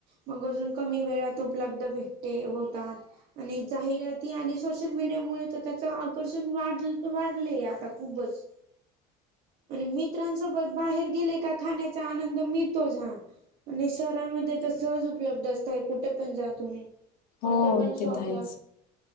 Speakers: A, on the right; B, on the left.
A: मग अजून कमी वेळात उपलब्ध भेटते होतात. आणि जाहिराती आ सोशल मीडिया मुळे तर त्याचं आकर्षण वाढ तर वाढलंय आता खूपच आणि मित्रांसोबत बाहेर गेले का खाण्याचा आनंद मिळतोच हा. आणि शहरामध्ये तर सहज उपलब्ध असतय कुठे पण जा तुम्ही कोणत्या
B: हो
A: पण
B: ते
A: शॉपला.
B: तर आहेच.